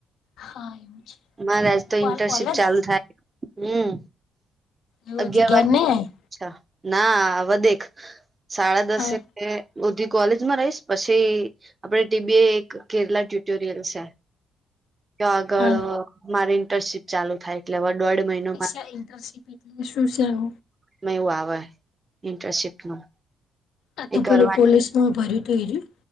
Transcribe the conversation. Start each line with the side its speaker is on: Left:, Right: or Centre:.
Left: હા એવું છે.
Right: મારે આજ તો
Left: તું
Right: ઇન્ટર્શીપ
Left: હાલ કોલેજ
Right: ચાલુ થાય હમ
Left: એવું
Right: અગ્યાર
Left: હજી ઘેર
Right: વાગ્યે.
Left: નહી આઈ
Right: અચ્છા ના વદેખ સાડા દસે.
Left: હા
Right: બધી કોલેજમાં રહીશ પછી આપડે ટીબી એ એક કેરલા ટ્યુટોરિયલ છે. તો આગળ
Left: હા
Right: મારી ઇન્ટર્શીપ ચાલુ થાય એટલે હવે દોઢ મહિનો.
Left: કઈ ઈન્ટરશીપ. <unintelligible>
Right: મે એવું આવે ઈન્ટર્શીપ નું.
Left: આ તો
Right: એ કરવા
Left: પેલું પોલીસ માં ભર્યું તું એ રયુ.